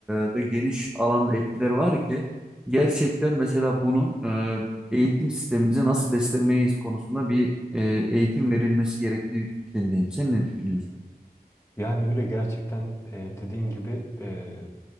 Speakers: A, in the centre; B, on the left.
A: e, ve geniş alanda etkileri var ki gerçekten mesela bunun e, eğitim sistemimize nasıl beslemeyiz konusunda bir e, eğitim verilmesi gerektiği fikrindeyim. Sen ne düşünüyorsun?
B: Yani öyle gerçekten e, dediğin gibi e,